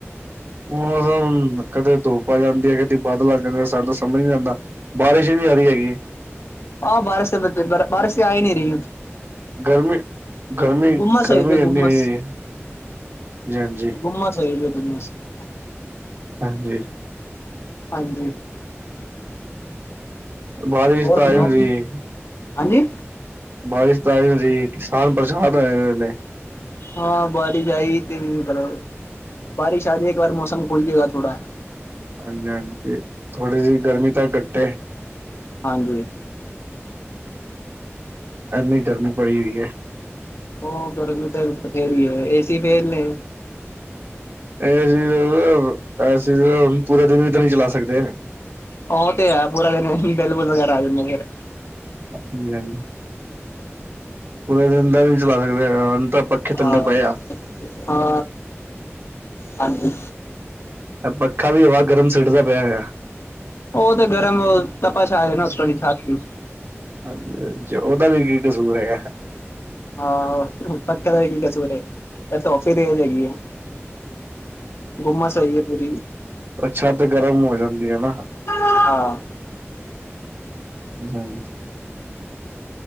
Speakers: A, on the right; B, on the left.
A: ਮੌਸਮ ਕਦੇ ਧੁੱਪ ਆ ਜਾਂਦੀ ਹੈ ਕਦੇ ਬਾਦਲ ਆ ਜਾਂਦੇ ਸਾਨੂੰ ਤਾਂ ਸਮਝ ਨੀ ਆਂਦਾ ਬਾਰਿਸ਼ ਵੀ ਆ ਰਹੀ ਹੈਗੀ।
B: ਆਹ ਬਾਰਸ ਫਿਰ ਦਿਨ ਬਰ ਬਾਰਸ ਤੇ ਆਈ ਨਹੀਂ ਰਹੀ।
A: ਗਰਮੀ ਗਰਮੀ-
B: ਗੁੰਮਸ
A: ਗਰਮੀ
B: ਹੋਈ ਪਈ
A: ਇੰਨੀ
B: ਗੁੰਮਸ,
A: ਹੋ ਹੋਈ ਹੈ ਜੀ ਹਾਂਜੀ।
B: ਗੁੰਮਸ <inaudible>
A: ਹਾਂਜੀ
B: ਹਾਂਜੀ।
A: ਬਾਰਿਸ਼
B: ਹੋਰ
A: ਤਾਂ
B: ਸੁਣਾਓ
A: ਆ ਨਹੀਂ ਰਹੀ
B: ਹਾਂਜੀ।
A: ਬਾਰਿਸ਼ ਤਾਂ ਆਈ ਨਹੀਂ ਜੀ ਕਿਸਾਨ ਪ੍ਰੇਸ਼ਾਨ ਹੋਏ ਨੇ।
B: ਹਾਂ ਬਾਰਿਸ਼ ਆਈ ਤੀਨ ਦਿਨ ਪਹਿਲਾ। ਬਾਰਿਸ਼ ਆਜੇ ਇੱਕ ਵਾਰ ਮੌਸਮ ਖੁਲ ਜੇ ਗਾ ਥੋੜਾ।
A: ਹਾਂਜੀ ਹਾਂਜੀ ਥੋੜੀ ਜਿਹੀ ਗਰਮੀ ਤਾਂ ਘੱਟੇ।
B: ਹਾਂਜੀ।
A: ਇੰਨੀ ਗਰਮੀ ਪਈ ਹੋਈ ਹੈ।
B: ਉਹ ਗਰਮੀ ਤਾਂ ਬਥੇਰੀ ਹੈ ਏਸੀ ਫੇਲ ਨੇ।
A: ਇਹ ਚੀਜ਼ ਐ ਏ ਸੀ ਪੂਰਾ ਦਿਨ ਵੀ ਤਾਂ ਨਹੀਂ ਚਲਾ ਸਕਦੇ‌।
B: ਉਹ ਤੇ ਹੈ ਪੂਰਾ ਦਿਨ ਉਹੀ ਬਿੱਲ ਬੁੱਲ ਵਗੈਰਾ ਆ ਜਾਦੇ ਨੇ ਯਾਰ।
A: ਹਾਂਜੀ ਹਾਂਜੀ ਪੂਰਾ ਦਿਨ ਤਾਂ ਨਹੀਂ ਚਲਾ ਸਕਦੇ। ਹੁਣ ਤਾਂ ਪੱਖੇ ਥੱਲੇ
B: ਹਾਂ
A: ਪਏ ਆ।
B: ਹਾਂ ਹਾਂਜੀ।
A: ਪੱਖਾ ਵੀ ਹਵਾ ਗਰਮ ਸੁੱਟਦਾ ਪਿਆ ਹੈਗਾ।
B: ਉਹ ਤੇ ਗਰਮ ਤਪਸ਼ ਹੈਗੀ ਨਾ ਉੱਤੋਂ ਦੀ ਛੱਤ ਦੀ।
A: ਹਾਂਜੀ ਹਾਂਜੀ ਉਹਦਾ ਵੀ ਕੀ ਕਸੂਰ ਹੈਗਾ
B: ਹਾਂ ਓ <unintelligible> ਸਵੇਰੇ ਤੇ ਧੁੱਪ ਵੀ ਤੇਜ਼ ਹੈਗੀ ਏ। ਗੁੰਮਸ ਹੋਈ ਏ ਪੂਰੀ।
A: ਅੱਛਾ ਤੇ ਗਰਮ ਹੋ ਜਾਂਦੀ ਏ ਨਾ।
B: ਹਾਂ
A: ਹਾਂਜੀ।